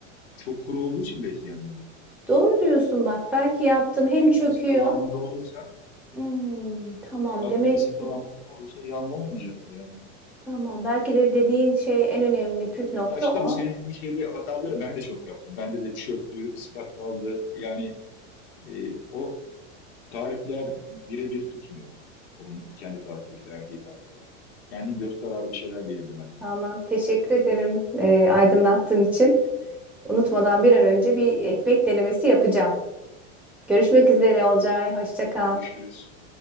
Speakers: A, on the left; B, in the centre.
A: çok kuru olduğu için belki yanıyordur.
B: doğru diyorsun bak
A: Biraz
B: belki yaptım
A: kulak
B: hem çöküyor.
A: memesi kıvamında olursa
B: Hmm, tamam
A: kulak
B: demek
A: memesi
B: ki
A: kıvamında olursa yanma olmayacaktır yani.
B: tamam belki de dediğin şey en önemli püf
A: İlk
B: nokta
A: başta
B: o.
A: bu senin dediğin şeyle hataları ben de çok yaptım. Bende de çöktü, ıslak kaldı. Yani e, o tarifler birebir tutmuyor. Onun kendi tarifleri, verdiği tarifler. Kendin göz kararı bir şeyler belirlemen. lazım.
B: Tamam, teşekkür ederim e, aydınlattığın için.
A: Rica ederim.
B: Unutmadan bir an önce bir ekmek denemesi yapacağım. Görüşmek üzere
A: Tamam.
B: Olcay. Hoşça kal.
A: Görüşürüz.